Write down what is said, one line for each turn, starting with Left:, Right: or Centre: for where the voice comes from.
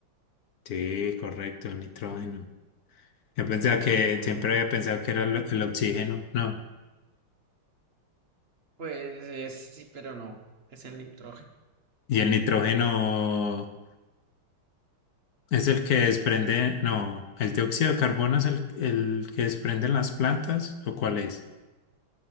Left: Sí, correcto, nitrógeno. Yo pensaba
Right: Mm,
Left: que siempre había pensado que era el, el oxígeno, no.
Right: pues es- sí, pero no. Es el nitrógeno.
Left: Y el nitrógeno es el que desprende, no, el dióxido de carbono es el, el que desprenden las plantas, ¿o cuál es?